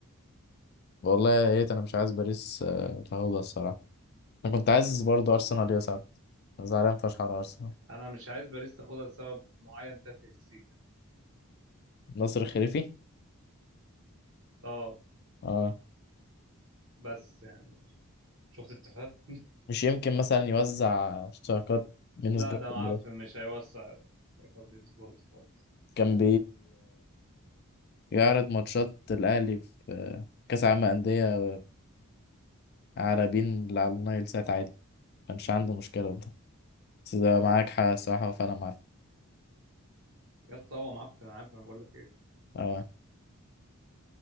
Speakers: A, on the left; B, on the right.
A: والله يا ريت انا مش عايز باريس آه، تاخدها الصراحه انا كنت عايز برضه ارسنال يصعد زعلان فشخ على ارسنال
B: انا مش عايز باريس تاخدها لسبب معين تافه السيكا
A: ناصر الخليفي
B: اه
A: اه
B: بس يعني شفت التفاهة
A: مش يمكن مثلا يوزع اشتراكات من
B: لا
A: سبورت
B: ده معفن
A: لبره.
B: مش هيوسع رياض سبورت خالص
A: كان بيعرض ماتشات الأهلي في آه، كأس عالم أندية على بين اللي على النايل سات عادي كانش عنده مشكلة في ده بس ده معاك حق الصراحة فأنا معاك
B: يا اسطى هو معفن انا عارف انا بقول لك ايه
A: اه